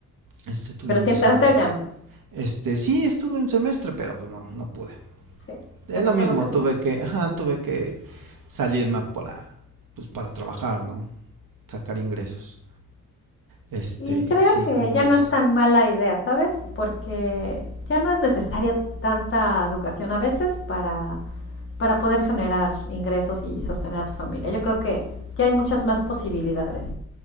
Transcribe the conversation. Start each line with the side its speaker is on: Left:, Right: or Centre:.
Right: Este tuvimos
Left: Pero si entraste
Right: a
Left: o ya no.
Right: este, sí, estuve un semestre, pero pues no, no pude.
Left: Sí,
Right: Es
Left: te pasó
Right: lo mismo,
Left: lo que a mí.
Right: tuve que, ajá, tuve que salirme para pues para trabajar, ¿no? Sacar ingresos. Este,
Left: Y
Right: y
Left: creo
Right: sí,
Left: que
Right: como
Left: ya
Right: ves?
Left: no es tan mala idea, ¿sabes? Porque ya no es necesaria tanta educación a veces para, para poder generar ingresos y sostener a tu familia. Yo creo que ya hay muchas más posibilidades.